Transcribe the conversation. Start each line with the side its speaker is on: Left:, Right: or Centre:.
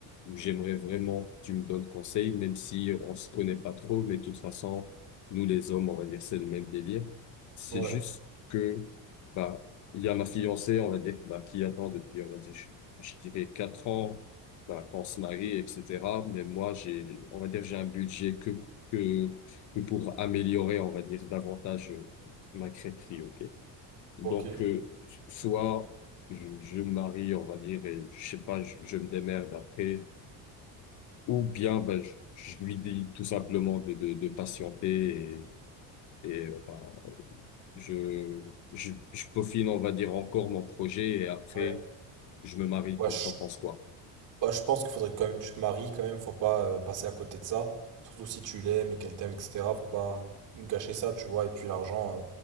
Left: où j'aimerais vraiment que tu me donnes conseil, même si on se connaît pas trop, mais de toute façon, nous les hommes, on va dire, c'est le même délire. C'est
Right: Ouais,
Left: juste que, bah, il y a ma fiancée, on va dire, bah, qui attend depuis, on va dire, je, je dirais quatre ans bah, qu'on se marie, etc. Mais moi, j'ai, on va dire, j'ai un budget que que, que pour améliorer, on va dire, davantage euh, ma crêperie, ok? Donc,
Right: ok.
Left: euh, soit je, je me marie, on va dire, et je sais pas, je, je me démerde après, ou bien ben, je, je lui dis tout simplement de, de, de patienter et, et euh, ben, je, je, je peaufine, on va dire, encore mon projet et après,
Right: Ouais.
Left: je me marie,
Right: Ouais,
Left: t'en
Right: je,
Left: t'en penses quoi?
Right: bah, je pense qu'il faudrait quand même que tu te maries, quand même, faut pas euh, passer à côté de ça. Surtout si tu l'aimes et qu'elle t'aime, etc. Faut pas gâcher ça, tu vois. Et puis l'argent, euh,